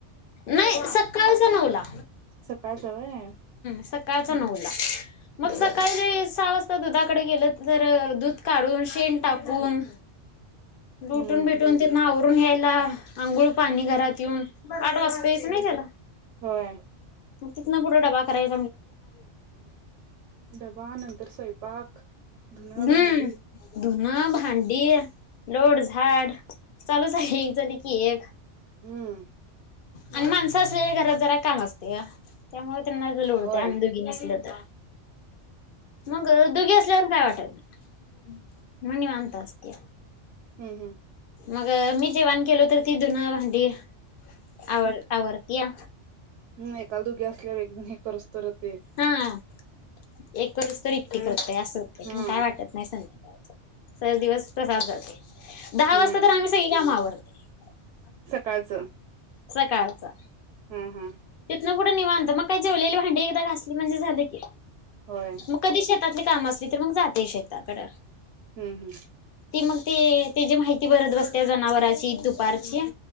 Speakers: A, on the left (about 55°); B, on the right (about 75°).
A: नाही सकाळचा नऊला
B: सकाळच व्हय
A: सकाळचा
B: हम्म
A: नऊला मग
B: हम्म
A: सकाळी
B: हम्म
A: सहा वाजता दुधाकडे गेलं तर दूध काढून शेन टाकू कोण लुटून
B: हम्म
A: बिटून तिथन आवरून यायला अंघोळ पाणी घरात येऊन आठ वाजतयच नाही त्याला
B: होय.
A: मग तिन पुढ डबा कराय
B: डबा नंतर स्वयंपाक धुनं
A: हम्म
B: भांडी
A: धुन भा भांडी लोड, झाड चालूच आहे एक झाली की एक.
B: हम्म
A: आणि माणसं असलेल्या घरात जरा काम असतंय ओ. त्यामुळे त्यांना ज लोडतंय
B: होय
A: आम्ही दोघी नसल तर. मग दुघी असल्यावन काय वाटत नाही म निवांत असतीया.
B: हम्म हम्म
A: मग मी जेवण केलो तर ती धुन भा दे आवर आवर या
B: अम एकाला दोघी असल्यावर करस तवर ते
A: हा एक करुस तरी? <unintelligible> काय
B: हा
A: वाटत नाही संध्याकाळच सर दिवस तसाच जाते. दहा
B: हम्म
A: वाजता तर आम्ही सगळी काम आवरतो <unintelligible>
B: सकाळचं...
A: सकाळचा
B: हा हा
A: तू इकड निवांत मग आत्ताच जेवलेली भांडी एकदा घासली म्हणजे झाल की
B: होय
A: मग कधी शेतातली.... काम असली तर मग जाते शेताकडं
B: हम्म हम्म
A: ते मग ते त्याजी माहिती भरत बसते जनावराची दुपारची....